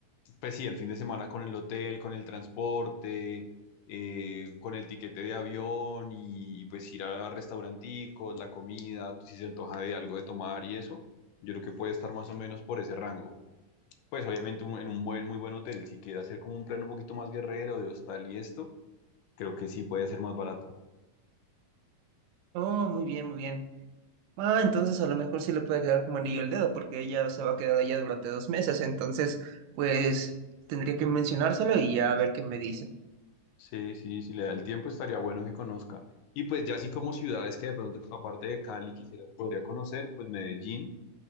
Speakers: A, on the left; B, on the right.
A: pues sí, el fin de semana con el hotel, con el transporte, eh, con el tiquete de avión y, y, pues ir a restauranticos, la comida, si se antoja de algo de tomar y eso, yo creo que puede estar más o menos por ese rango. Pues obviamente un- en un buen, muy buen hotel, si quiere hacer como un plan un poquito más guerrero de hostal y esto, creo que sí puede ser más barato.
B: Oh, muy bien, muy bien. Ah, entonces a lo mejor sí le puede quedar como anillo el dedo, porque ella se va a quedar allá durante dos meses, entonces pues tendría que mencionárselo y ya a ver qué me dice.
A: Sí, sí, si le da el tiempo estaría bueno que conozca. Y pues ya así como ciudades que de pronto, aparte de Cali, quisiera, podría conocer, pues Medellín.